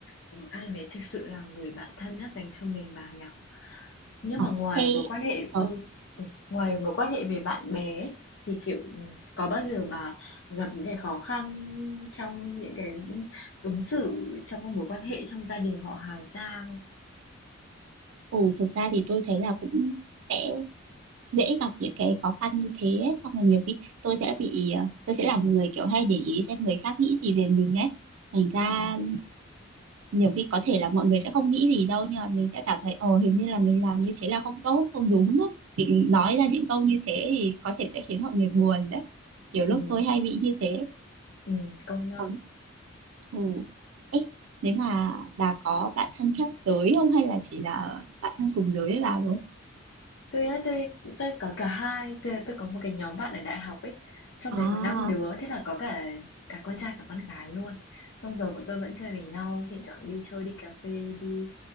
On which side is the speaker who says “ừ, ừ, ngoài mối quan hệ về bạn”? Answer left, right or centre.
Left